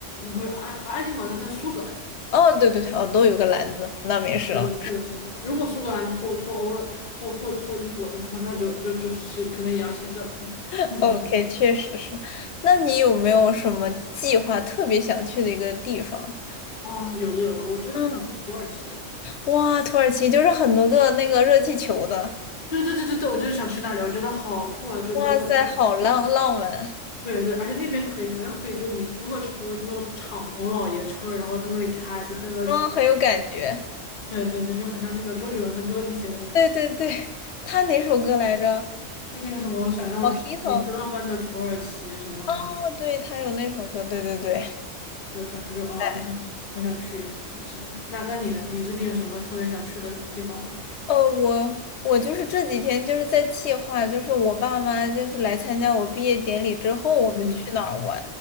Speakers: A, on the left; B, on the left.
A: 不是爱爱丁堡在在苏格兰，
B: 哦，对对对，哦，都有个篮子，那没事了。
A: 对对是的是的。如果苏格兰脱脱欧了，脱脱脱英国了的话，那就就就是可能也要签证了。
B: <laughs>
A: <laughs>
B: OK，确实是。那你有没有什么计划特别想去的一个地方？
A: 啊，有的有的，我最近想去土耳其。
B: 嗯，哇，土耳其就是很多个那个热气球的，
A: 对对对对对，我就是想去那里，我觉得好酷啊！就坐了，
B: 哇塞，好浪浪漫，
A: 对对，而且那边可以，好像可以，就是你租个车，就那种敞篷老爷车，然后在那里开，就看到，
B: 嗯，很有感觉。
A: 对对对，就很像那个周杰伦的歌里写的那种，
B: 对对对，他哪首歌来着
A: 就那个什么想要带你去浪漫的土耳其什么什么，
B: ？Mojito。哦，对，他有那首歌，对对对。
A: 对，反正就嗯，
B: 哎
A: 就很很想去一下。是的，那那你呢？你最近有什么特别想去的地方吗？
B: 呃，我我就是这几天就是在计划，就是我爸妈就是来参加我毕业典礼之后，我们去哪儿玩。
A: 嗯，